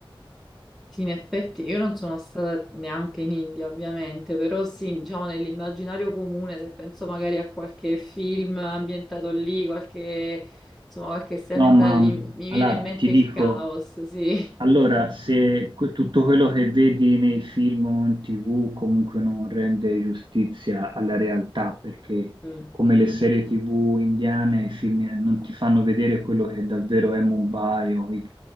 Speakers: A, in the centre; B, on the right.
A: Sì, in effetti io non sono stata neanche in India, ovviamente, però sì, diciamo nell'immaginario comune, se penso magari a qualche film ambientato lì, qualche, insomma, qualche serie
B: No,
A: ambientata
B: ma
A: lì, mi viene
B: allora
A: in mente
B: ti dico.
A: il caos, sì.
B: Allora, se que- tutto quello che vedi nei film o in TV comunque non rende giustizia alla realtà, perché
A: Mm.
B: come le serie TV indiane, i film non ti fanno vedere quello che davvero è Mumbai o i-